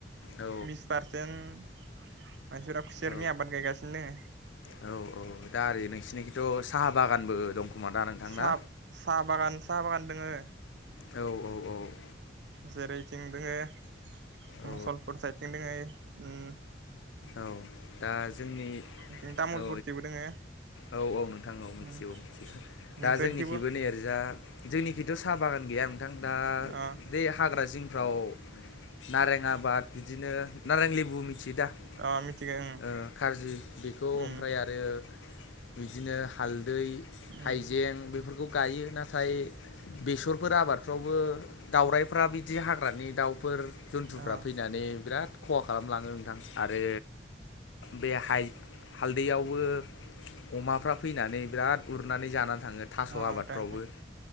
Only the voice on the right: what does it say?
बिस पारसेन्ट <inaudible> मानसिफोरा खुसेरनि
आबाद गायगासिनो दोङो
साहा-साहा
बागान साहा बागान दोङो।
जेरैथिं दोङो-
मुसलपुर सायथिं दोंओ उ
बिथिं तामुलपुरथिबो
दोङो
उम
नोंसोरनिथिंबो
अ
अ मिथिगो ओं
उम
उम
अ
औ
आंथां